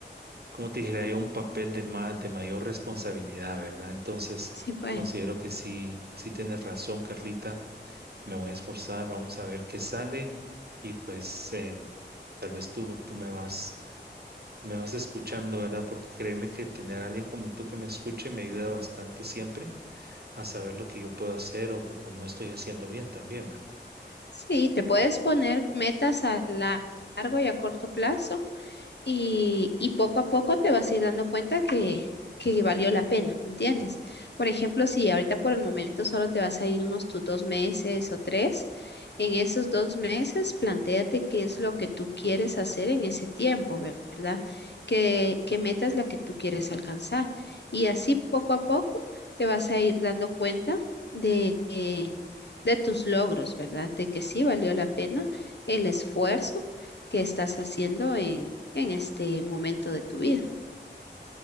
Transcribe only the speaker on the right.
como te dije, hay un papel de más, de mayor responsabilidad, ¿verdad? Entonces,
considero que sí, sí tienes razón, Carlita. Me voy a esforzar, vamos a ver qué sale y pues eh, tal vez tú, tú me vas, me vas escuchando, ¿verdad? Porque créeme que tener a alguien como tú que me escuche me ayuda bastante siempre a saber lo que yo puedo hacer o, o no estoy haciendo bien también, ¿verdad?